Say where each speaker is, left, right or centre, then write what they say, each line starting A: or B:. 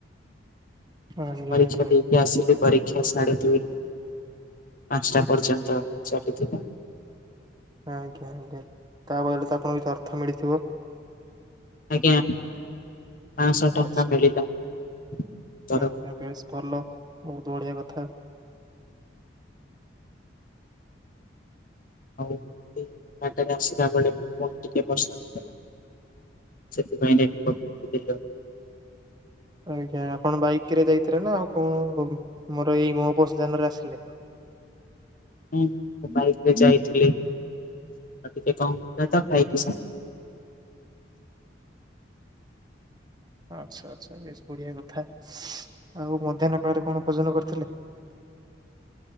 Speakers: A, on the right; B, on the left.
A: ଆଜ୍ଞା
B: କରିଛନ୍ତି
A: ଆଜ୍ଞା।
B: ମୁଁ ଆସିଲି ପରୀକ୍ଷା ସାଢ଼େ ଦୁଇରୁ ପାଞ୍ଚଟା ପର୍ଯ୍ୟନ୍ତ ଚାଲିଥିଲା।
A: ଆଜ୍ଞା ଆଜ୍ଞା ତା ବଦଳରେ ତ ଆପଣଙ୍କୁ କିଛି ଅର୍ଥ ମିଳିଥିବ।
B: ଆଜ୍ଞା ପାଞ୍ଚଶହ ଟଙ୍କା
A: ଆଚ୍ଛା
B: ମିଳିଲା ତରଫ
A: ଆଜ୍ଞା ବେଶ ଭଲ ବହୁତ ବଢ଼ିଆ କଥା।
B: ଆଉ ସେ ବାଟରେ ଆସିଲା ବେଳେ ବହୁତ୍ ଟିକେ ବର୍ଷା ହେଲା। ସେଥିପାଇଁ ଡେରି କରୁଥିଲ
A: ଆଜ୍ଞା ଆପଣ ବାଇକ ରେ ଯାଇଥିଲେ ନା ଆଉ କଉ ମୋର ଏଇ ମୋ ବସ୍ ଯାନ ରେ ଆସିଲେ?
B: ହୁଁଁ ବାଇକ ରେ ଯାଇଥିଲି। ଟେ କ ଖାଇକି <inaudible>
A: ଆଚ୍ଛା ଆଚ୍ଛା ବେଶ ବଢିଆ କଥା ଆଉ ମଧ୍ୟାହ୍ନ କାଳରେ କଣ ଭୋଜନ କରିଥିଲେ?